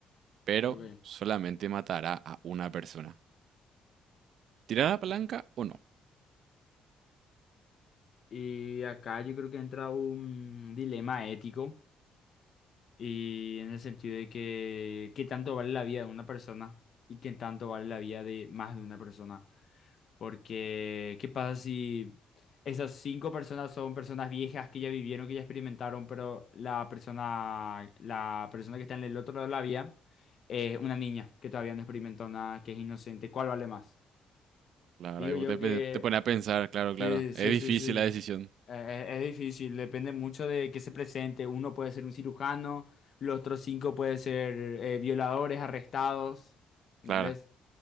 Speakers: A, on the right; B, on the left.
A: pero
B: ok.
A: solamente matará a una persona. ¿Tirar la palanca o no?
B: Y acá yo creo que entra un dilema ético y en el sentido de que qué tanto vale la vida de una persona y qué tanto vale la vida de más de una persona. Porque, ¿qué pasa si esas cinco personas son personas viejas que ya vivieron, que ya experimentaron, pero la persona, la persona que está en el otro lado de la vía es una niña que todavía no experimentó nada, que es inocente? ¿Cuál vale más?
A: La verdad,
B: Digo
A: que vos
B: yo
A: te, pe-
B: que
A: te pone a pensar, claro, claro.
B: sí, sí,
A: Es difícil
B: sí, sí. Eh,
A: la decisión.
B: eh, Es, difícil, depende mucho de qué se presente. Uno puede ser un cirujano, los otros cinco pueden ser eh, violadores, arrestados, ¿entendés?
A: Claro,